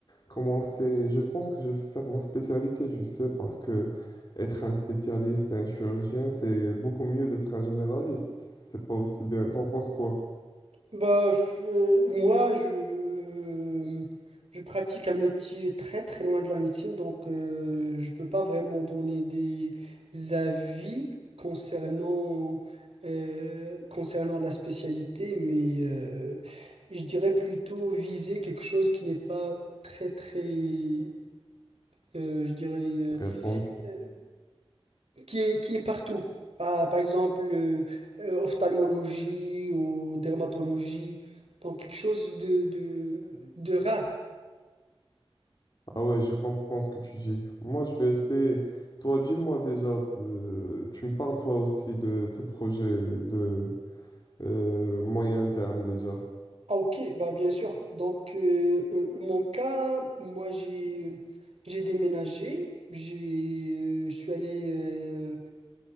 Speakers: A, on the left; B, on the right.
A: commencer. Je pense que je vais faire ma spécialité, je sais, parce que être un spécialiste, un chirurgien, c'est beaucoup mieux d'être un généraliste. C'est pas aussi bien. T'en penses quoi?
B: Bah, f- euh, moi, je, je pratique un métier très très loin de la médecine, donc euh, je peux pas vraiment donner des avis concernant, euh, concernant la spécialité, mais euh, je dirais plutôt viser quelque chose qui n'est pas très très, euh, je dirais...
A: Répondre.
B: euh, qui est, qui est partout. Ah, par exemple, euh, euh, ophtalmologie ou dermatologie. Donc, quelque chose de, de, de rare.
A: Ah ouais, je comprends ce que tu dis. Moi, je vais essayer. Toi, dis-moi déjà, t- euh, tu me parles toi aussi de tes projets de euh, moyen terme déjà.
B: Ah, ok, bah, bien sûr. Donc, euh, euh, mon cas, moi, j'ai, j'ai déménagé. J'ai, euh, je suis allé euh,